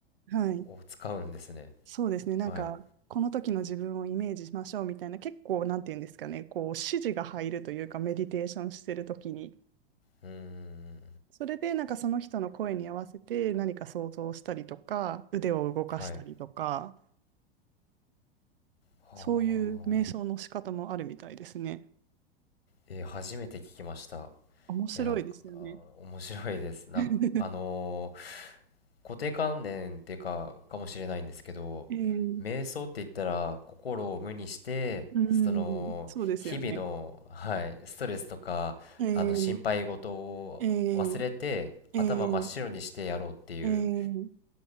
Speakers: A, on the right (about 65°); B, on the left (about 75°).
A: はい、
B: を使うんですね。
A: そうですね。なんか、
B: はい。
A: この時の自分をイメージしましょうみたいな、結構、なんていうんですかね、こう、指示が入るというか、メディテーションしてる時に、
B: うーん。
A: それで、なんかその人の声に合わせて何か想像したりとか、腕を動かしたりとか、
B: はい。はあ。
A: そういう瞑想の仕方もあるみたいですね。
B: えー初めて聞きました。
A: 面白いですよね。
B: えーなんか、あー面白いです。なんか、
A: <laughs>
B: あのー固定観念っていうか、かもしれないんですけど、
A: えー、
B: 瞑想って言ったら、心を無にして、
A: うん、
B: その、
A: そうですよね。
B: 日々の、はい、ストレスとか、
A: えー、
B: あの、心配事を忘れて、
A: えー、えー、
B: 頭真っ白にしてやろうっていう
A: えー、えー、